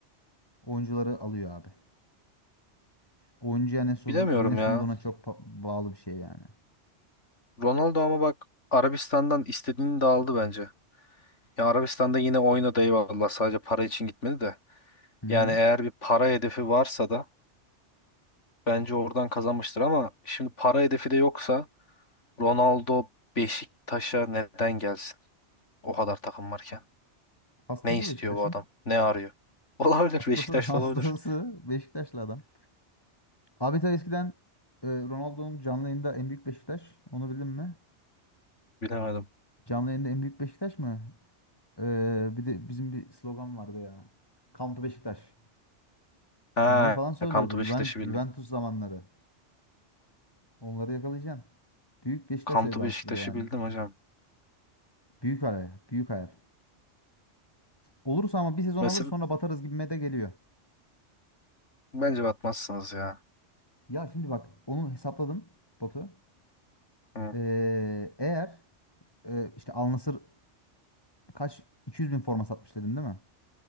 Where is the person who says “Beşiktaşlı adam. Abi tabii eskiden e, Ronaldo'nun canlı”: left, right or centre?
Left